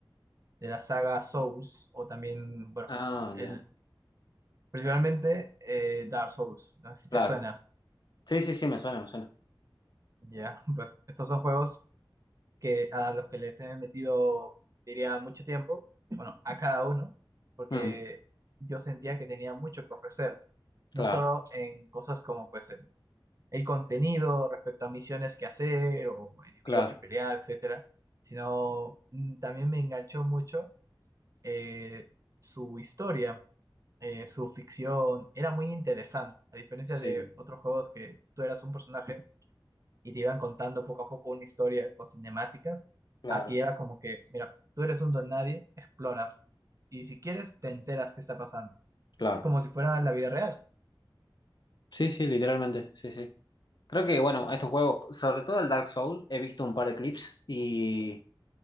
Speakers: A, on the right (about 40°); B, on the left (about 55°).
A: de la saga Souls, o también, bueno,
B: Ah,
A: el,
B: ya,
A: principalmente eh, Dark Souls, no sé si
B: claro.
A: te suena.
B: Sí, sí, sí, me suena, me suena.
A: Ya, pues estos son juegos que a los que les he metido, diría, mucho tiempo, bueno, a cada uno, porque
B: Mm,
A: yo sentía que tenía mucho que ofrecer, no
B: claro,
A: solo en cosas como pues el, el contenido respecto a misiones que hacer o enemigos
B: claro.
A: que pelear, etcétera, sino mm, también me enganchó mucho eh, su historia, eh, su ficción, era muy interesante, a diferencia
B: Sí,
A: de otros juegos que tú eras un personaje y te iban contando poco a poco una historia con cinemáticas.
B: claro,
A: Aquí era como que, mira, tú eres un don nadie, explora. Y si quieres, te enteras qué está pasando.
B: claro.
A: Como si fuera la vida real.
B: Sí, sí, literalmente, sí, sí. Creo que, bueno, estos juegos, sobre todo el Dark Souls, he visto un par de clips y